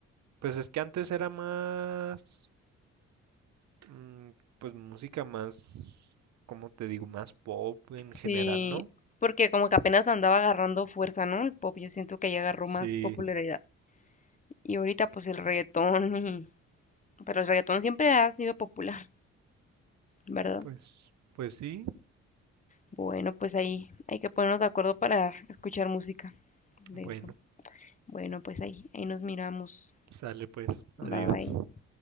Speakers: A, on the right; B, on the left.
A: pues es que antes era más, mm, pues música más, como te digo, más pop en
B: Sí,
A: general, ¿no?
B: porque como que apenas andaba agarrando fuerza, ¿no? El pop, yo siento que ya agarró más
A: Sí,
B: popularidad. Y ahorita pues el reggaetón y... Pero el reggaetón siempre ha sido popular, ¿verdad?
A: pues, pues sí.
B: Bueno, pues ahí hay que ponernos de acuerdo para escuchar música de
A: Bueno,
B: eso. Bueno, pues ahí, ahí nos miramos.
A: sale pues, adiós.
B: Bye bye.